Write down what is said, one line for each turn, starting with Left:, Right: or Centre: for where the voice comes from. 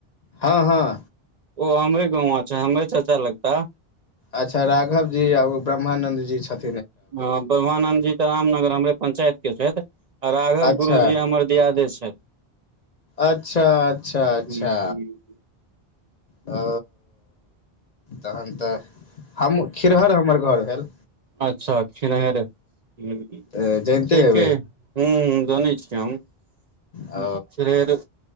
Left: हँ हँ
Right: ओ हमरे गौंआ छै हमरे चच्चा लगता
Left: अच्छा राघव जी आ ओ ब्रह्मानन्द जी छथि
Right: हँ ब्रह्मानन्दजी तऽ रामनगर हमरे पंचायत के छथि राघव
Left: अच्छा
Right: गुरुजी हमर दियादे छथि
Left: अच्छा अच्छा अच्छा
Right: हूँ हूँ
Left: ओ तहन तऽ हम खिरहर हमर घर भेल
Right: अच्छा खिनहैर हूंम्म
Left: तऽ जनिते
Right: ठीके
Left: हेबै
Right: अय हूंम्म हूंम्म जनै छियै हम
Left: ओ
Right: खिरहैर